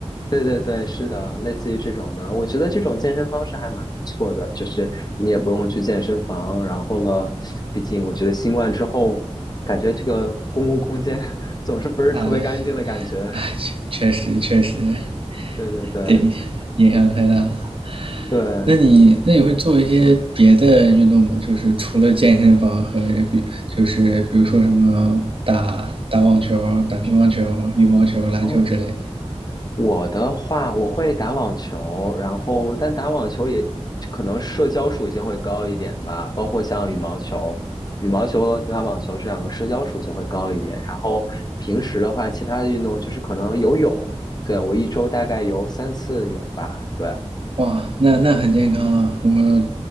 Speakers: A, on the left (about 35°); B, on the right (about 55°).
A: 对对对，是的，类似于这种的，我觉得这种健身方式还蛮不错的，就是你也不用去健身房，然后了，毕竟我觉得新冠之后，感觉这个公共空间 <laughs> 总是不是特别干净的感觉。
B: 啊，哎，确实确实，
A: <laughs> 对对对
B: 对，影响太大了。
A: 对，
B: 那你那你会做一些别的运动吗？就是除了健身房和比，就是比如说什么打打网球、打乒乓球、羽毛球、篮球之类的。
A: 哦，我的话，我会打网球，然后但打网球也可能社交属性会高一点吧，包括像羽毛球，羽毛球和打网球这两个社交属性会高一点。然后平时的话，其他的运动就是可能游泳，对，我一周大概游三次泳吧，对，
B: 哇，那那很健康啊！我